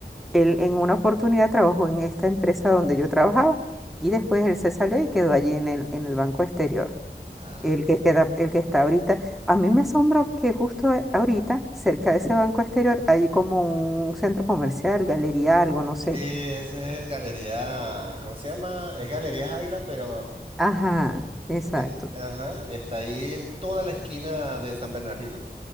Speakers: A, in the centre; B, on the right.
A: él en una oportunidad trabajó en esta empresa donde yo trabajaba y después él se salió y quedó allí en el, en el Banco Exterior
B: Ah,
A: el que queda, el que está ahorita. A mí me asombra que justo a- ahorita, cerca de ese banco exterior, hay como un centro comercial, galería, algo, no sé.
B: sí, ese es el Galería, ¿cómo se llama? Es Galería Ávila, pero
A: Ajá, exacto.
B: eh, ajá, está ahí en toda la esquina de San Bernardino.